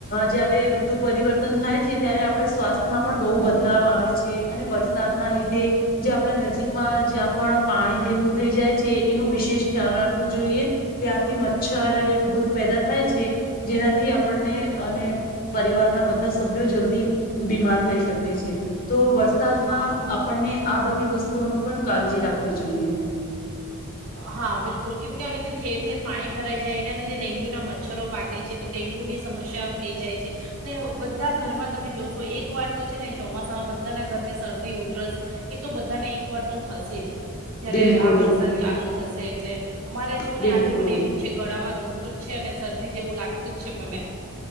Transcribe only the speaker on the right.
હા
હા, બિલકુલ કેમ કે આવી. પાણી ભરાઈ જાય, એના લીધે ડેન્ગ્યુના મચ્છરો પાકે છે, તો ડેન્ગ્યુની સમસ્યાઓ થઈ જાય છે, અને બધા ઘરમાં તમે જોશો એક વાર તો છે ને. ચોમાસામાં બધાના ઘરમાં શરદી, ઉધરસ એ તો બધાને એક વાર તો થશે જ. જયારે
આ વરસાદ ચાલુ થશે, એટલે અમારે જોવું
ને આજે મને એવું. છે. ગળામાં દુઃખતું જ છે, અને શરદી જેવું લાગતું જ છે, મને.